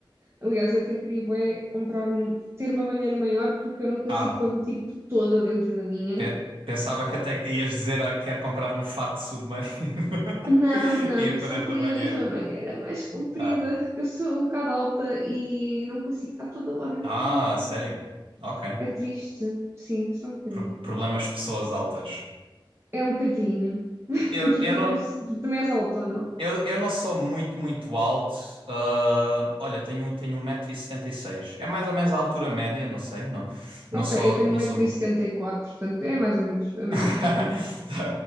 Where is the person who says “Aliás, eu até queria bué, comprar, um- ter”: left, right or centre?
Right